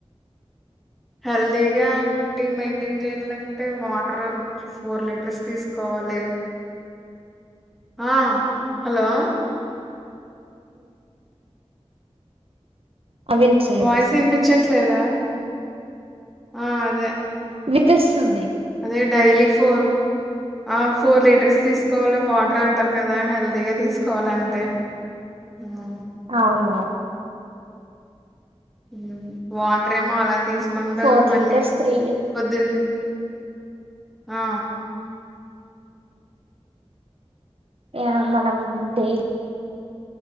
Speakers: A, in the centre; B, on the right (about 60°).
A: హెల్దీగా టీం మెయింటైన్ చేయాలంటే వాటర్ రోజు ఫోర్ లీటర్స్ తీసుకోవాలి ఆ హలో
B: అవి వినిపిస్తుంది వినిపిస్తుంది
A: వాయిస్ వినిపించట్లేదా ఆ అదే
B: వినిపిస్తుంది
A: అదే డైలీ ఫోర్ ఆ ఫోర్ లీటర్స్ తీసుకోవాలి వాటర్ అంటారు కదా హెల్దీగా తీసుకోవాలి అంతే ఆ
B: అవును
A: ఉమ్ వాటర్ ఏమో అలా తీసుకు. కొండగా
B: ఫోర్
A: మళ్ళీ
B: లీటర్స్ త్రీ
A: పొద్దున్నే ఆ
B: యా మనం డే